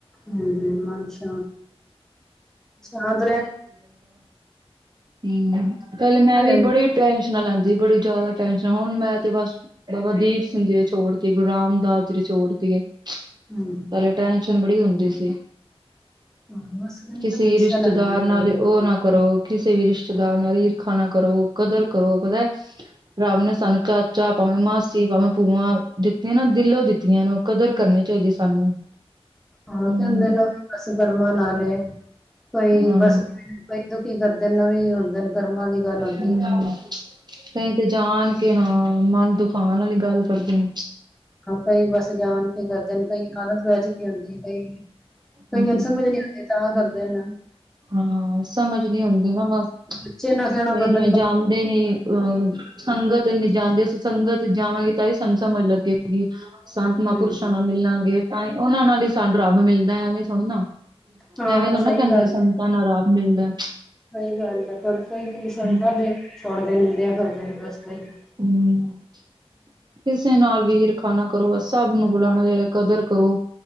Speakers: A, in the centre; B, on the right.
A: ਹਮ ਮਨਸ਼ ਚਦ
B: ਹ ਪਹਿਲੇ ਮੈਂ ਵੀ
A: ਰਹਿੰਦੀ
B: ਬੜੀ ਟੈਨਸ਼ਨਾਂ ਲੈਂਦੀ ਬੜੀ ਜ਼ਿਆਦਾ ਟੈਨਸ਼ਨਾਂ ਹੁਣ ਮੈਂ ਤੇ ਬਸ ਬਾਬਾ ਦੀਪ ਸਿੰਘ ਜੀ <unintelligible> ਗੁਰੂ ਰਾਮਦਾਸ ਜੀ <unintelligible>
A: ਹੂੰ
B: ਪਲੇ ਟੈਸ਼ਨ ਬੜੀ ਹੁੰਦੀ ਸੀ
A: ਹੂੰ ਬਸ ਕਹਿੰਦੇ
B: ਕਿਸੇ
A: ਨਾ ਪ੍ਰੀਕਸ਼ਾ
B: ਰਿਸ਼ਤੇਦਾਰ
A: ਲੈਂਦੇ ਨੇ
B: ਨਾਲ
A: ਬਾਬਾ
B: ਉਹ
A: ਜੀ
B: ਨਾ
A: ਹਾਂ
B: ਕਰੋ। ਕਿਸੇ ਵੀ ਰਿਸ਼ਤੇਦਾਰ ਨਾਲ ਰੀਰ ਖਾਨਾ ਕਰੋ ਕਦਰ ਕਰੋ ਪਤਾ ਰੱਬ ਨੇ ਸਾਨੂੰ ਚਾਚਾ ਭਾਵੇਂ ਮਾਸੀ ਭਾਵੇਂ ਭੂਆਂ ਦਿੱਤੀਆਂ ਨਾ ਦਿਲੋਂ ਦਿੱਤੀਆਂ ਨੂੰ ਕਦਰ ਕਰਨੀ ਚਾਹੀਦੀ ਸਾਨੂੰ
A: ਹਾਂ
B: ਹੂੰ
A: ਕਹਿੰਦੇ ਨੇ ਬਸ ਗਰਮਾ ਲਾ ਲਏ ਕੋਈ
B: ਹਾਂ।
A: ਬਸ
B: ਹੂੰ,
A: ਕੋਈ ਤੋਂ ਕੀ ਕਰਦੇ ਵੀ ਹੁੰਦੇ ਨੇ ਸ਼ਰਮਾ ਦੀ ਗੱਲ ਹੁੰਦੀ
B: ਹਮ ਕਈ ਤੇ ਜਾਣ ਕੇ ਹਾਂ ਮਨ ਦੁਖਾਾਨ ਵਾਲੀ ਗੱਲ ਕਰਦੇ ਨੇ
A: ਾਂ ਕਈ ਬਸ ਜਾਣ ਕੇ ਕਰਦੇ ਕਈ ਆਾਲਤ ਬਹਿ ਚ ਕੇ ਆਉਂ ਕਈ ਕਈਆਂ
B: ਹੂੰ,
A: ਨੂੰ ਸਮਝ ਨੀ ਆਉਂਦੀ ਤਾਂ ਕਰਦੇਨਾ
B: ਹਾਂ ਸਮਝ ਨੀ ਹੁੰਦੀ ਨਾ ਬਸ
A: ਬੱਚੇ ਨਾ ਕਹਿਣਾ
B: ਤੇ
A: ਮੰਨਣ
B: ਜਿਵੇਂ
A: ਦਾ
B: ਜਾਂਦੇ ਨੀ ਅ ਸੰਗਤ ਨਹੀਂ ਜਾਂਦੀ ਅਸੀਂ ਸੰਗਤ ਜਾਵਾਂਗੇ ਤਾਂ ਇਹ ਸਨ ਸਮਝ ਲੱਗੇਗੀ ਸੰਤ ਮਹਾਂਪੁਰਸ਼ਾਂ
A: ਹੂੰ,
B: ਨਾਲ ਮਿਲਾਂਗੇ ਤਾਂ ਉਹਨਾਂ ਨਾਲ ਹੀ ਸਾਨੂੰ ਰੱਬ ਮਿਲਦਾ ਹੈਵੇਂ ਥਣ ਨਾ
A: ਹਾਂ-ਹਾਂ
B: ਐਵੇਂ ਨਾ
A: ਸਹੀ
B: ਕਹਿੰਦੇ
A: ਗੱਲ
B: ਨੇ ਸੰਤਾਂ
A: ਏ।
B: ਨਾਲ ਰਭ ਮਿਲਦਾ
A: ਸਹੀ ਗੱਲ ਹੈ ਪਰ ਕਈ ਵੀ ਦੇ
B: ਹੋਰ
A: ਛੱਡਦੇ ਨ ਹ ਦ ਆ ਕਰਦੇ ਨੇ ਬਸਈ
B: ਹਮ ਕਿਸੇ ਨਾਲ ਵੀ ਹਰਖਾਨਾ ਕਰੋ ਸਭ ਨੂੰ ਬੁਲਾਉਣਾ ਚਾਹੀਦਾ ਕਦਰ ਕਰੋ